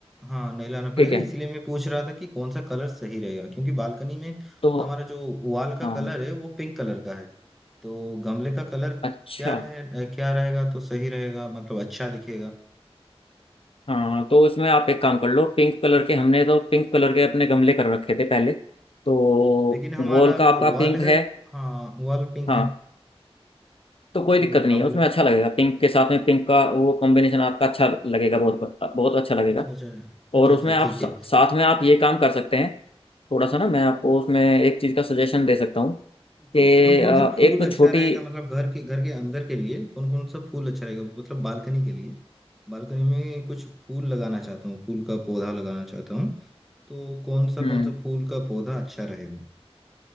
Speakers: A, in the centre; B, on the left.
A: हाँ नहीं लाना पड़ेगा
B: ठीक है
A: इसीलिए मैं पूछ रहा था कि कौन सा कलर सही रहेगा क्योंकि बालकनी में
B: तो
A: हमारा जो वॉल का
B: हाँ
A: कलर है वो पिंक कलर का है तो गमले का कलर
B: अच्छा
A: क्या रहे क्या रहेगा तो सही रहेगा मतलब अच्छा दिखेगा
B: हाँ तो इसमें आप एक काम कर लो पिंक कलर के हमने तो पिंक कलर के अपने गमले कर रखे थे पहले तो
A: लेकिन हमारा
B: वॉल का आपका
A: जो वॉल
B: पिंक
A: है
B: है
A: हाँ वॉल पिंक
B: हाँ
A: है
B: तो कोई
A: तो
B: दिक्कत नहीं
A: गमले
B: है उसमें अच्छा लगेगा पिंक के साथ में पिंक का वो कॉम्बिनेशन आपका अच्छा लगेगा बहुत बहुत अच्छा लगेगा
A: अच्छा अच्छा
B: और
A: अच्छा
B: उसमें
A: अच्छा
B: आप
A: ठीक
B: सा-
A: है
B: साथ में आप ये काम कर सकते हैं थोड़ा सा ना मैं आपको उसमें एक चीज़ का सजेशन दे सकता हूँ
A: फिर
B: कि
A: कौन कौन
B: अ,
A: से फूल
B: एक तो
A: अच्छा
B: छोटी
A: रहेगा मतलब घर के घर के अंदर के लिए कौन कौन सा फूल अच्छा रहेगा मतलब बालकनी के लिए बालकनी में कुछ फूल लगाना चाहता हूँ फूल का पौधा लगाना चाहता हूँ तो कौन सा
B: हम्म
A: कौन सा फूल का पौधा अच्छा रहेगा